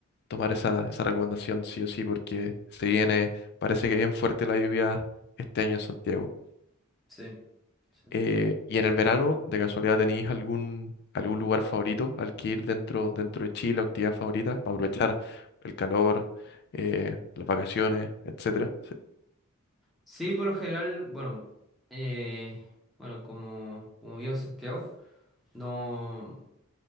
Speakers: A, on the left; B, in the centre.
A: tomar esa, esa recomendación sí o sí, porque se viene, parece que bien fuerte la lluvia este año en Santiago.
B: Sí, sí.
A: Eh, y en el verano, de casualidad, ¿tenéis algún, algún lugar favorito al que ir dentro, dentro de Chile, o actividad favorita, para aprovechar el calor, eh, las vacaciones, etcétera? Sí.
B: Sí, por lo general, bueno, eh, bueno, como, como vivo en Santiago, no.